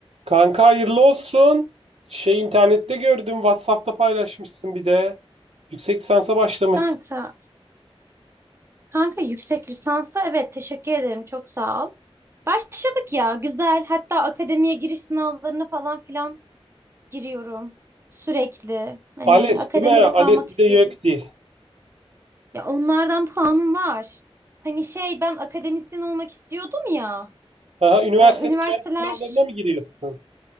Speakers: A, on the right (about 75°); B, on the right (about 25°).
A: Kanka hayırlı olsun. Şey internette gördüm. WhatsApp'ta paylaşmışsın bir de. Yüksek lisansa başlamışsın.
B: Kanka, kanka yüksek lisansa evet teşekkür ederim çok sağ ol. Başladık ya güzel hatta akademiye giriş sınavlarına falan filan giriyorum sürekli. Hani
A: ALES
B: akademide
A: değil mi? ALES
B: kalmak
A: bir
B: istiyorum.
A: de YÖKDİL.
B: Ya onlardan puanım var. Hani şey ben akademisyen olmak istiyordum ya.
A: Aha, üniversitenin
B: Ee, üniversiteler
A: kendi sınavlarına mı giriyorsun?